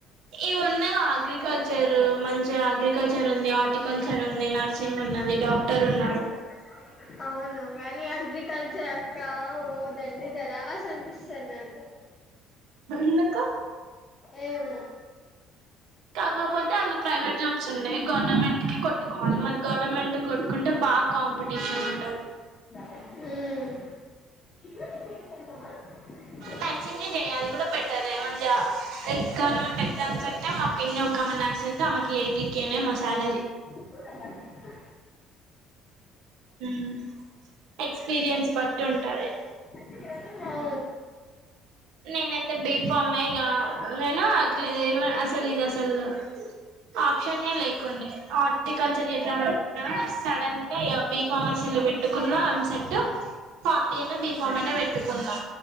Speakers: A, on the right; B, on the left.
A: ఇవి ఉన్నాయి అగ్రికల్చర్ మంచిగా అగ్రికల్చర్ ఉంది. హార్టికల్చర్ ఉంది నర్సింగ్ ఉన్నాయి. అది డాక్టర్ ఉన్నాడు
B: నాకు ఆల్ ద బెస్ట్ అవును గాని అగ్రికల్చర్ అక్క ఓదండి జ రాసి అనిపిస్తారు నాకు
A: ఎందుకు?
B: ఏవో
A: కాకపోతే అళ్లా ప్రైవేట్ జాబ్స్ ఉన్నాయి. గవర్నమెంట్ కి కొట్టుకోవాలి మరి గవర్నమెంట్ కి కొట్టుకుంటే బా కాల కాంపిటిషన్ ఉంటది.
B: ఉమ్ <unintelligible>
A: నర్సింగే చేయ్ అది కూడా బెటర్ మంచి గవర్నమెంట్ ఎగ్జామ్స్ అంటే మా పిన్ని ఒక నర్సింగ్ శ్రద్దమ్మ కి ఎయిటీ కేనేమొ శాలరీ
B: ఇప్పుడు కసమిస్
A: మ్ ఎక్స్పీరియన్స్ బట్టి ఉంటాది.
B: ఎన్ని
A: నేనైతే బీఫామే ఇగ నేను ఆహ్ అది అసలు ఇది అసలు. ఆప్షనే లేకుండే హార్టికల్చర్ చేద్దాం అనుకున్నా కానీ సడన్గా ఇగ బి ఫార్మసీ. చిల్ పెట్టుకున్నా ఎంసెట్. ఫామిలీ ఐనా బిఫామ్ అయినా పెట్టుకున్నా